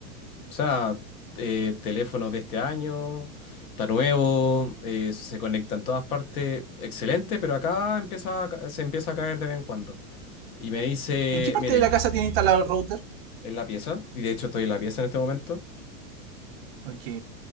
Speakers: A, on the left; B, on the right.
A: O sea, eh, teléfonos de este año, está nuevo, eh, se conecta en todas partes, excelente, pero acá empieza a ca- se empieza a caer de vez en cuando. Y me dice,
B: ¿En qué parte
A: mire,
B: de la casa tiene instalado el router?
A: en la pieza, y de hecho estoy en la pieza en este momento,
B: Ok,